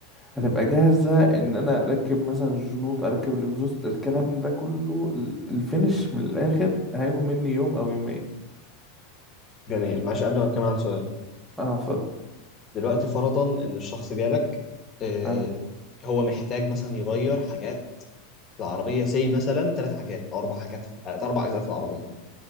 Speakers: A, in the centre; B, on the left (about 35°).
A: هتبقى جاهزة ان انا اركب مثلا الشنوط اركب الاكزوست الكلام ده كله ال- الفينش من الاخر هياخد مني يوم او يومين
B: جميل معلش قبل ما اتكلم عن سؤال
A: اه اتفضل
B: دلوقتي فرضا ان الشخص جالك آه
A: حلو
B: هو محتاج مثلا يغير حاجات في العربيه سي مثلا ثلاث حاجات او اربع حاجات في آه، اربع اجزاء في العربيه